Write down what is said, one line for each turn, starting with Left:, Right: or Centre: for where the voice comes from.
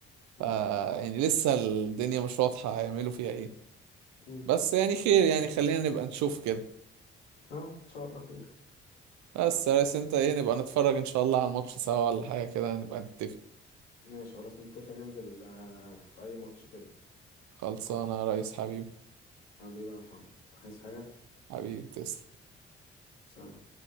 Left: مم.
Right: ف- يعني لسه الدنيا مش واضحة هيعملوا فيها ايه
Left: مم.
Right: بس يعني خير يعني خلينا نبقى نشوف كده
Left: اه ان شاء الله خير
Right: بس يا ريس انت ايه نبقى نتفرج ان شاء الله على الماتش سوا ولا حاجة كده نبقى نتفق
Left: ماشي خلاص نتفق ننزل آه، في أي ماتش كده
Right: خلصانة يا ريس حبيبي
Left: حبيبي يا محمد عايز حاجة؟
Right: حبيبي تسلم
Left: سلام